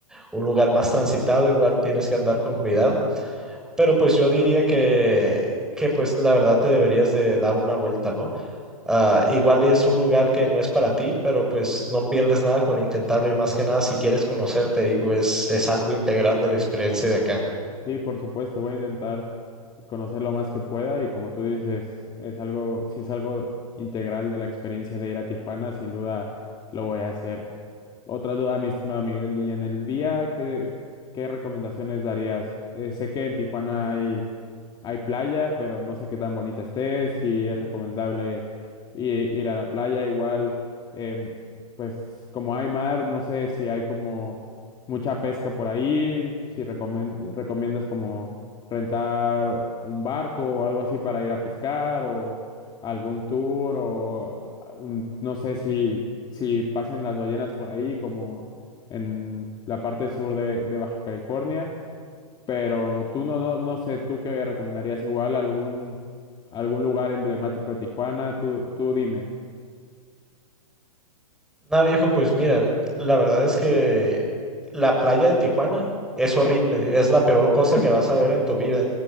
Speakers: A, in the centre; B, on the left.
A: un lugar más transitado, igual tienes que andar con cuidado, pero pues yo diría que, que pues la verdad te deberías de dar una vuelta, ¿no? Ah, igual es un lugar que no es para ti, pero pues no pierdes nada con intentarlo y más que nada si quieres conocer, te digo, es, es algo integral de la experiencia de acá.
B: Sí, por supuesto, voy a intentar conocer lo más que pueda y como tú dices, es algo, si es algo integral de la experiencia de ir a Tijuana, sin duda lo voy a hacer. Otra duda, mi estimado Miguel, y en el día, ¿qué, qué recomendaciones darías? Eh, sé que en Tijuana hay, hay playa, pero no sé qué tan bonita esté, si es recomendable i- ir a la playa, igual, em, pues como hay mar, no sé si hay como mucha pesca por ahí, si recomen- recomiendas como rentar un barco o algo así para ir a pescar o algún tour o mm, no sé si, si pasen las ballenas por ahí como en la parte sur de, de Baja California, pero tú no, no, no sé, tú qué recomendarías igual algún, algún lugar emblemático de Tijuana, tú, tú dime.
A: Nada, viejo, pues mira, la verdad es que la playa de Tijuana es horrible,
B: Sí.
A: es la peor cosa
B: <laughs>
A: que vas a ver en tu vida.